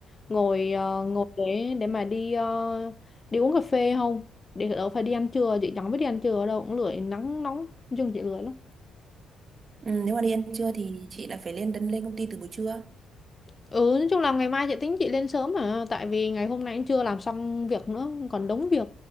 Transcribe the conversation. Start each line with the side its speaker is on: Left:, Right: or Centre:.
Left: ngồi ờ, ngồi để để mà đi ờ, đi uống cà phê không để đâu phải đi ăn trưa chị chẳng biết đi ăn trưa đâu cũng lười nắng nóng nói chung chị lười lắm
Right: Ừ, nếu mà đi ăn trưa thì chị lại phải lên đến lên công ty từ buổi trưa.
Left: ừ nói chung là ngày mai chị tính chị lên sớm mà tại vì ngày hôm nay cũng chưa làm xong việc nữa còn đống việc